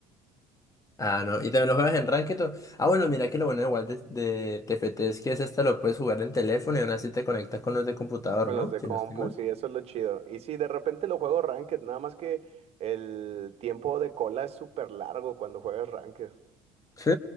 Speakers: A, on the left (about 25°); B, on the right (about 50°).
A: Ah, no, y también lo juegas en Ranked. o- Ah, bueno, mira que lo bueno igual de, de TFT es que es hasta lo puedes jugar en teléfono y aún así te conectas con los de computador,
B: Con
A: ¿no?
B: los de
A: Si
B: compu,
A: no estoy mal.
B: sí, eso es lo chido. Y sí, de repente lo juego ranked, nada más que el tiempo de cola es súper largo cuando juegas ranked.
A: Sí,